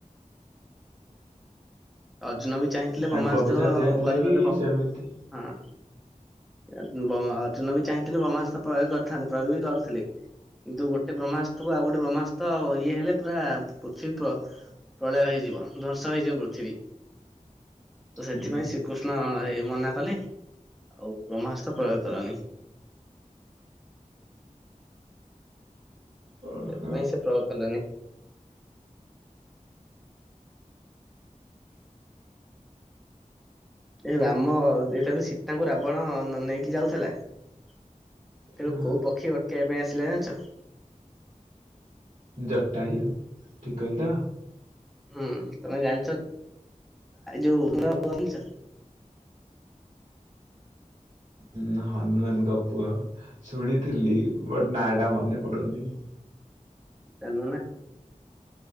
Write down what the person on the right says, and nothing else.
ତାଙ୍କୁ
ଅଭିଶାପ
ଦିଆ ହେଇଥିଲା
କି
ସେମିତି
ହୁଁ।
ଓହୋ
ହଁ
ଜଟାୟୁ ଠିକ୍ କହିଲି ତ?
ହୁଁ ହନୁମାନଙ୍କ ପୁଅ ଶୁଣିଥିଲି ବଟ୍ ନାଟା ମନେ ପଡୁନି।